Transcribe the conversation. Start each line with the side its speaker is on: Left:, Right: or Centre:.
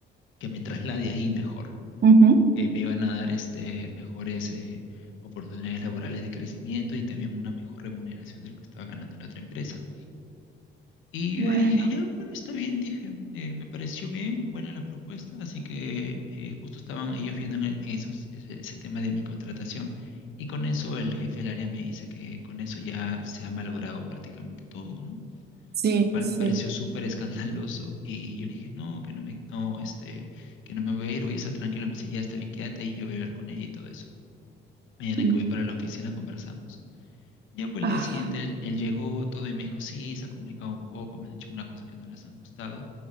Left: que me traslade ahí mejor
Right: Ujú.
Left: que me iban a dar este, mejores eh, oportunidades laborales de crecimiento y también una mejor remuneración de lo que estaba ganando en la otra empresa. Y
Right: Bueno,
Left: yo dije, ya, bueno, está bien, dije, eh, me pareció bien, buena la propuesta, así que eh, justo estaban ellos viendo en esos, ese, ese tema de mi contratación. Y con eso el jefe del área me dice que con eso ya se ha malogrado prácticamente todo, ¿no?
Right: sí,
Left: lo cual
Right: sí.
Left: me pareció súper escandaloso y yo le dije, no, que no me, no, este, que no me voy a ir, voy a estar tranquilo. Me dice, ya está bien, quédate ahí, yo voy a hablar con ella y todo eso. Mañana
Right: Mm.
Left: que voy para la oficina conversamos. Ya fue el
Right: Ah,
Left: día siguiente, él, él llegó todo y me dijo, sí, se ha complicado un poco, me han hecho unas cosas que no les han gustado,